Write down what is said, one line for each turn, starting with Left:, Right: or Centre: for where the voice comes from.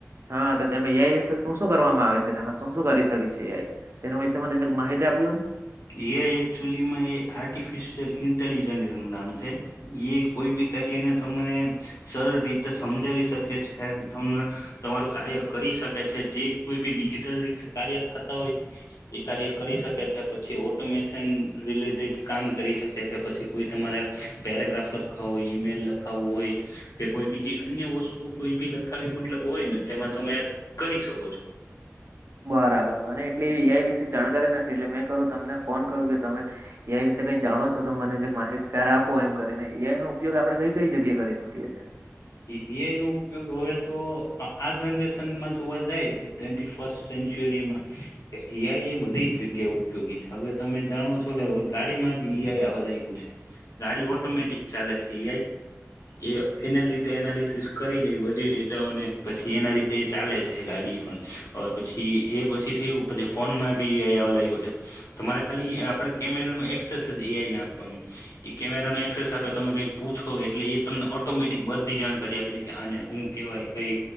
Right: હા તો તેમા એ ઈ વિશે શું શું કરવામાં આવે છે? છે તેમા શું શું કરી શકે છે એ ઈ તેના વિષે મને માહિત તે આપજો ને?
Left: એ આઈ એકચુલીમાં એ આર્ટિફિશયલ ઇન્ટેલિજન્ટ એનું નામ છે. એ કોઈ બી કાર્યને તમને સરળ રીતે સમજાવી શકે છે અમે તમને તમારું કાર્ય કરી શકે છે જે કોઈ બી ડિજિટલ રીતે કાર્ય થતા હોય એ કાર્ય કરી શકે છે. પછી ઓટોમેશન રિલેટેડ કામ કરી શકે છે. પછી કોઈ તમારે પેરાગ્રાફ લખવા હોય. ઈમેલ લખાવો હોય કે કોઈ બીજી અન્ય વસ્તુ કોઈ બી લખાવી મતલબ હોય ને તેમાં તમે કરી શકો છો
Right: બરાબર મને એટલી એ આઈ વિશે જાણકારી ન એટલે મેં કરું તમને ફોન કરું કે તમે, એ આઈ વિશે કઈ જાણો છો તો મને જે માહિતી આપો એમ કરીને એ આઈ નો ઉપયોગ આપડણે કઈ કઈ જગ્યાએ કરી શકીએ છીએ?
Left: એ એઆઈ નો ઉપયોગ હવે તો આ જોવા જાય તોવે સેન્ચુરીમાં, એ આઈ એ બધી જ જગ્યા ઉપયોગી છે હવે તમે જાણો છો કે ગાડીમાં બી એ આઈ આવા લાગયું છે, ગાડી ઓટોમેટિક ચાલે છે, એ આઈ એનાલિસિસ કરી લે બધી ડેટાઓને પછી એના રીતે ચાલે છે ગાડી પણ. હવે પછી એ પછી થયું પછી ફોનમાં બી એ આઈ આવવા લાગયો છે, તમારે ખાલી આપણે કેમેરાનું એક્સેસ જ એ આઈને આપવાનું એ કેમેરાનું એક્સેસ આપે તમે કંઈ પૂછો એટલે એ તમને ઓટોમેટિક બધ બી જાણકારી આપી દે કે આને હું કેવાય કઈ,